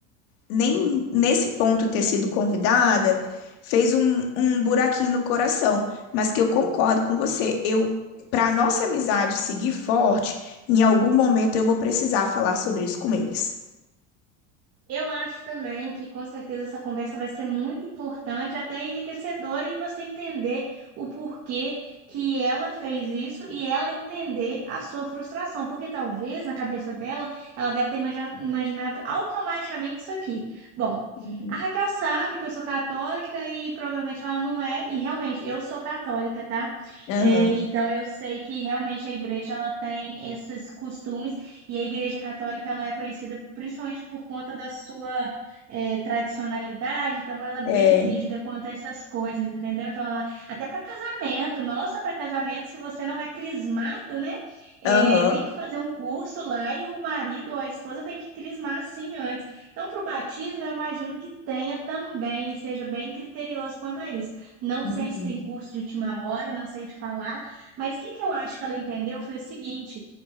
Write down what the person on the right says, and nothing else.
Eu acho também que com certeza essa conversa vai ser muito importante, até enriquecedora, e você entender o porquê que ela fez isso e ela entender a sua frustração, porque talvez na cabeça dela ela deve ter imagi- imaginado automaticamente isso aqui. Bom,
a Raquel sabe que eu sou católica e provavelmente ela não é, e realmente eu sou católica, tá?
É, então eu sei que realmente a igreja ela tem esses costumes. E a Igreja Católica ela é conhecida principalmente por conta da sua eh, tradicionalidade, então ela é bem
rígida quanto a essas coisas, entendeu? Então, ela- até para casamento, nossa, para casamento, se você não é crismado, né? eh,
tem que fazer um curso lá e o marido ou a esposa tem que crismar sim antes. Então, para o batismo, eu imagino que tenha também e seja bem criterioso quanto a isso. Não
sei se tem curso de última hora, não sei te falar, mas o que que eu acho que ela entendeu foi o seguinte